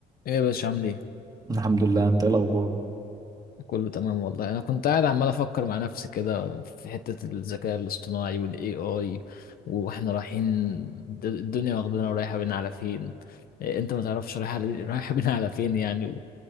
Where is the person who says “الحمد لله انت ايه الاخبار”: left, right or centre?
Right